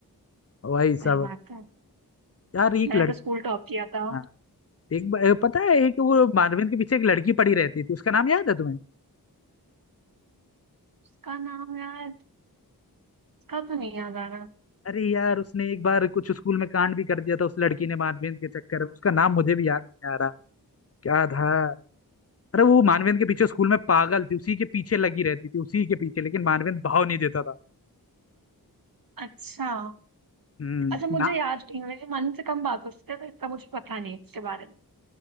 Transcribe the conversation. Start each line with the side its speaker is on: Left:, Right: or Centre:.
Left: वही
Right: सही
Left: सब
Right: बात है
Left: यार एक
Right: मैंने
Left: लड़की
Right: तो स्कूल टॉप किया था
Left: हाँ एक ब- अ, पता है एक वो मानवीन के पीछे एक लड़की पड़ी रहती थी उसका नाम याद है तुम्हें
Right: उसका नाम यार इसका तो नहीं याद आ रहा
Left: अरे यार उसने एक बार कुछ स्कूल में कांड भी कर दिया था उस लड़की ने मानवीन के चक्कर में उसका नाम मुझे भी याद नहीं आ रहा क्या था अरे वो मानवेंद्र के पीछे स्कूल में पागल थी उसी के पीछे लगी रहती थी उसी के पीछे लेकिन मानवेंद्र भाव नहीं देता था
Right: अच्छा
Left: हम्म
Right: अच्छा मुझे
Left: ना
Right: याद नहीं है, मेरे मन से कम बात होती है तो इतना मुझे पता नहीं है इसके बारे में